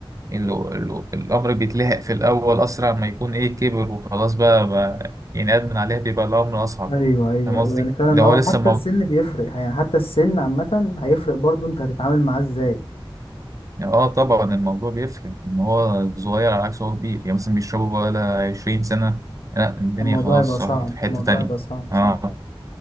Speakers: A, on the right; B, on the left.
A: ال... ال... الامر بيتلحق في الاول اسرع ما يكون ايه كبر وخلاص بقى, بقى يعني ادمن عليه بيبقى الامر اصعب
B: ايوه ايوه
A: فاهم قصدي؟
B: ايوه يعني فعلا
A: لو هو
B: اه
A: لسه
B: حتى السن بيفرق يعني حتى السن عامه هيفرق برضو انت هتتعامل معاه ازاي
A: يعني اه طبعا الموضوع بيفرق ان هو صغير على عكس هو كبير يعني مثلا بيشربوا بقى لها 20 سنة لا الدنيا
B: الموضوع
A: خلاص
B: يبقى صعب
A: راحت في حتة
B: الموضوع
A: تانية
B: يبقى صعب
A: اه
B: صح